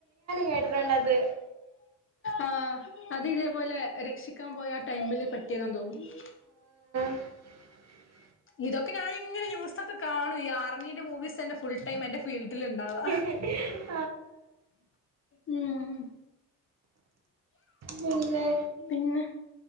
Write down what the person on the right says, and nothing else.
കേട്ടറേണ്ടത്
<inaudible>
<unintelligible>
പിന്നെ